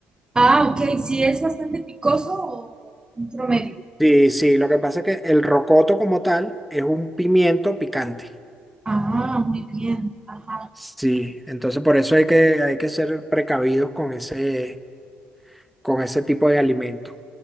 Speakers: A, on the right; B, in the centre.
A: Ah, ok. Sí, es bastante picoso o un promedio.
B: Sí, sí, lo que pasa es que el rocoto como tal es un pimiento picante.
A: Ah, muy bien. Ajá.
B: Sí, entonces por eso hay que, hay que ser precavidos con ese, con ese tipo de alimento.